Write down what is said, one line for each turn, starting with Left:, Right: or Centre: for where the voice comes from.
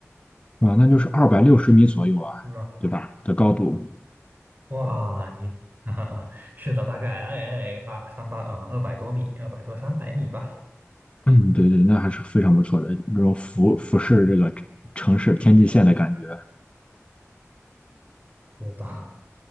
Left: 啊，那就是二百六十米左右啊，
Right: 是
Left: 对吧？的高度，
Right: 哇，你，<laughs> 哈哈，是的，大概哎哎八三八嗯二百多米，二百多三百米吧，
Left: 嗯，对对，那还是非常不错的，那种俯俯视这个城市天际线的感觉，
Right: 有的。